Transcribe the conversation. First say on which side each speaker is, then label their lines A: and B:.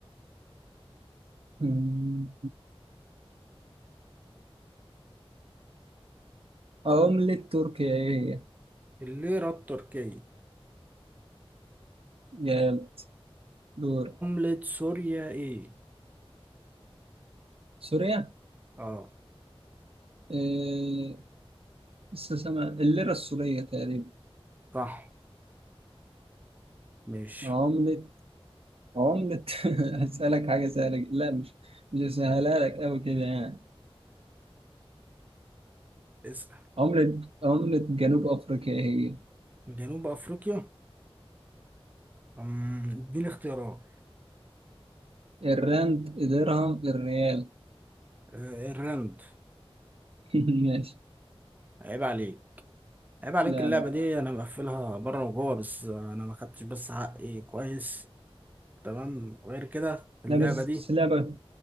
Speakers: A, on the right (about 70°); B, on the right (about 15°).
A: مم. عملة تركيا ايه هي؟
B: الليرة التركية
A: يلا دور
B: عملة سوريا ايه؟
A: سوريا
B: اه
A: إيه لسه سامع الليرة السورية تقريبا
B: صح ماشي
A: عملة عملة <laughs> هسألك حاجة سهلة جدا. لا مش مش سهلها لك أوي كده يعني
B: اسأل
A: عملة عملة جنوب أفريقيا إيه
B: جنوب افريقيا أمم، اديني اختيارات
A: هي الراند درهم الريال
B: آه، الرند
A: <laughs> ماشي
B: عيب عليك عيب عليك
A: لا
B: اللعبة
A: لا
B: دي انا مقفلها بره وجوه بس انا ما خدتش بس حقي كويس تمام غير كده اللعبة
A: لا بس
B: دي
A: بس لعبة